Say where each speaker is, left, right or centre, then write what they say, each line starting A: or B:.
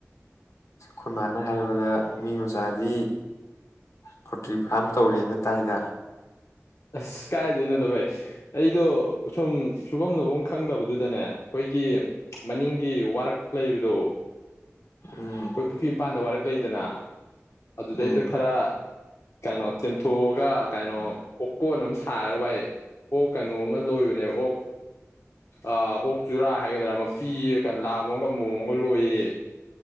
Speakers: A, on the left; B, on the left.
A: ꯈꯨꯟꯃꯅ ꯍꯥꯏꯔꯕꯗ ꯃꯤ ꯃꯆꯥꯗꯤ ꯄꯣꯜꯇ꯭ꯔꯤ ꯐꯥꯔꯝ ꯇꯧꯔꯦꯅ ꯇꯥꯏꯗ
B: ꯑꯁ ꯀꯥꯏꯗꯣꯏꯅꯣꯗꯣ ꯚꯩ ꯑꯩꯗꯣ ꯁꯨꯝ ꯁꯨꯐꯝꯗꯣꯐꯝ ꯈꯪꯗꯕꯗꯨꯗꯅꯦ ꯑꯩꯈꯣꯏꯒꯤ ꯃꯅꯤꯡꯒꯤ ꯋꯥꯔꯛ ꯂꯩꯕꯗꯣ ꯑꯩꯈꯣꯏ
A: ꯎꯝ
B: ꯄꯨ꯭ꯔꯤ ꯃꯄꯥꯟꯗ ꯋꯥꯔꯛ ꯑꯣꯛ ꯂꯩꯗꯅ ꯑꯗꯨꯗꯩꯗ
A: ꯎꯝ
B: ꯈꯔ ꯀꯩꯅꯣ ꯆꯦꯝꯊꯣꯛꯑꯒ ꯀꯩꯅꯣ ꯑꯣꯛꯀꯣꯟ ꯑꯃ ꯁꯥꯔꯒ ꯚꯥꯏ ꯑꯣꯛ hhꯀꯩꯅꯣ ꯑꯃ ꯂꯣꯏꯕꯅꯦ ꯑꯣꯛ ꯑꯣꯛ ꯆꯨꯔꯥ ꯍꯥꯏꯒꯗ꯭ꯔꯥ ꯃꯄꯤꯤ ꯀꯩꯅꯣ ꯂꯥꯕ ꯑꯃꯒ ꯃꯑꯣ ꯑꯃꯒ ꯂꯣꯏꯌꯦ